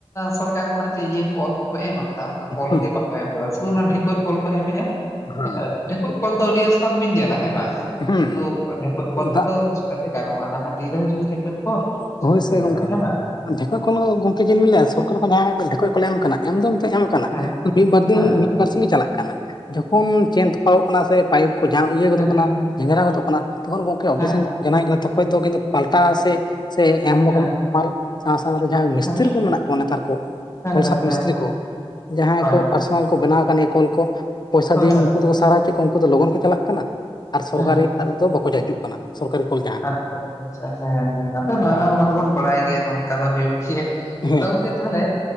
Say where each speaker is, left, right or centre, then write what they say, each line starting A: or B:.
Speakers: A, on the left; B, on the left.
A: ᱥᱚᱨᱠᱟᱨ ᱠᱷᱚᱱᱟᱜ ᱡᱮ ᱤᱭᱟᱹ ᱠᱚᱞ ᱠᱚᱠᱚ ᱮᱢ ᱟᱠᱟᱫᱟ ᱚᱱᱠᱟ ᱠᱚᱞ
B: ᱦᱩᱸ
A: ᱜᱮ ᱵᱟᱠᱚ <unintelligible> ᱚᱱᱟ ᱰᱷᱮᱠᱚᱡ ᱠᱚᱞ ᱠᱚ ᱮᱢᱮᱜᱼᱟ
B: ᱦᱩᱸ
A: ᱰᱷᱮᱠᱚᱡ ᱠᱚᱞ ᱫᱚ ᱟᱹᱰᱤ ᱟᱥᱛᱟᱢ ᱵᱤᱱ ᱧᱮᱞᱟ ᱦᱮᱸ ᱵᱟᱝ
B: ᱦᱩᱸ
A: ᱠᱤᱱᱛᱩ ᱰᱷᱮᱠᱚᱡ ᱠᱚᱞ ᱛᱮᱫᱚ
B: ᱫᱟᱜ
A: ᱪᱤᱠᱟ ᱛᱮ ᱜᱟᱱᱚᱜᱼᱟ ᱱᱟᱦᱟᱜ ᱫᱤᱱ ᱨᱮᱦᱚᱸ ᱡᱩᱫᱤ ᱰᱷᱮᱸᱠᱚᱡ ᱠᱚᱞ
B: ᱦᱳᱭ
A: ᱪᱤᱠᱟᱹᱛᱮ
B: ᱥᱮ
A: ᱜᱟᱱᱚᱜᱼᱟ
B: ᱜᱚᱝᱠᱮ
A: ᱦᱮᱸ ᱵᱟᱝ
B: ᱰᱷᱮᱠᱚᱡ ᱠᱚᱞ ᱜᱚᱢᱠᱮ ᱡᱮ ᱞᱤᱧ ᱞᱟᱹᱭᱤᱜᱼᱟ ᱥᱚᱨᱠᱟᱨ ᱠᱷᱚᱱ ᱡᱟᱦᱟᱸ ᱰᱷᱮᱠᱚᱡ <unintelligible> ᱠᱚᱞᱮ ᱮᱢ ᱠᱟᱱᱟ ᱮᱢ ᱫᱚ ᱮᱱᱛᱮ ᱮᱢ ᱠᱟᱱᱟ
A: ᱦᱮᱸ
B: ᱢᱤᱫ ᱵᱟᱨ ᱫᱤᱱ
A: ᱦᱮᱸ
B: ᱢᱤᱫ ᱵᱟᱨ ᱥᱤᱧ ᱫᱚ ᱪᱟᱞᱟᱜ ᱠᱟᱱᱟ ᱡᱚᱠᱷᱚᱱ ᱪᱮᱱ ᱛᱚᱯᱟᱜᱚᱜ ᱛᱟᱯᱟᱜᱚᱜ ᱠᱟᱱᱟ ᱥᱮ ᱯᱟᱭᱤᱯ ᱠᱚ ᱡᱟᱢ ᱤᱭᱟᱹ ᱜᱚᱫᱚᱜ
A: ᱦᱮᱸ
B: ᱠᱟᱱᱟ
A: ᱦᱮᱸ
B: ᱡᱷᱮᱸᱡᱨᱟ ᱜᱚᱫᱚᱜ ᱠᱟᱱᱟ ᱛᱚᱠᱷᱚᱱ ᱜᱚᱝᱠᱮ ᱚᱵᱽᱡᱮᱠᱥᱚᱱ
A: ᱦᱮᱸ
B: <unintelligible> ᱠᱟᱱᱟ ᱛᱚᱠᱷᱚᱡ ᱫᱚ ᱠᱤᱱᱛᱩ ᱯᱟᱞᱴᱟᱣᱼᱟ ᱥᱮ ᱥᱮ ᱮᱢ ᱨᱚᱠᱚᱢ
A: ᱦᱮᱸ
B: ᱯᱟᱞ ᱥᱟᱶ ᱥᱟᱶ ᱨᱮ ᱡᱟᱦᱟᱸᱭ ᱢᱤᱥᱛᱨᱤ
A: ᱦᱮᱸ
B: ᱠᱚ ᱢᱮᱱᱟᱜ ᱠᱚᱣᱟ ᱱᱮᱛᱟᱨ ᱠᱚ
A: ᱦᱮᱸ
B: ᱠᱚᱞ
A: ᱦᱮᱸ
B: ᱥᱟᱯ
A: ᱦᱮᱸ
B: ᱢᱤᱥᱛᱨᱤ ᱠᱚ ᱡᱟᱦᱟᱸᱭ
A: ᱦᱳᱭ
B: ᱠᱚ <unintelligible> ᱠᱚᱞ ᱠᱚ ᱵᱮᱱᱟᱣ ᱟᱠᱟᱫ ᱞᱮᱭᱟ ᱠᱚᱞ ᱠᱚ ᱯᱚᱭᱥᱟ
A: ᱦᱳᱭ
B: ᱫᱤᱭᱟᱹ
A: ᱦᱳᱭ
B: ᱩᱱᱠᱩ ᱫᱚᱠᱚ ᱥᱟᱨᱦᱟᱣ ᱦᱚᱪᱚᱭᱮᱫ ᱠᱚᱣᱟ ᱩᱱᱠᱩ ᱫᱚ ᱞᱚᱜᱚᱱ ᱠᱚ ᱪᱟᱞᱟᱜ ᱠᱟᱱᱟ ᱟᱨ ᱥᱚᱨᱠᱟᱨᱤᱭᱟᱜ
A: ᱦᱮᱸ
B: ᱨᱮ ᱫᱚ ᱵᱟᱠᱚ ᱦᱤᱡᱩᱜ ᱠᱟᱱᱟ ᱥᱚᱨᱠᱟᱨᱤ ᱠᱚᱞ ᱡᱟᱦᱟᱸ
A: ᱟᱪᱪᱷᱟ ᱟᱪᱪᱷᱟ ᱦᱮᱸ ᱟᱫᱚ ᱱᱚᱣᱟ ᱚᱱᱟ ᱫᱚᱵᱚᱱ ᱵᱟᱲᱟᱭ ᱜᱮᱭᱟ ᱱᱚᱝᱠᱟ ᱫᱚ ᱦᱩᱭᱩᱜ ᱜᱮᱭᱟ
B: ᱦᱮᱸ
A: ᱟᱫᱚ ᱜᱚᱝᱠᱮ ᱛᱟᱦᱚᱞᱮ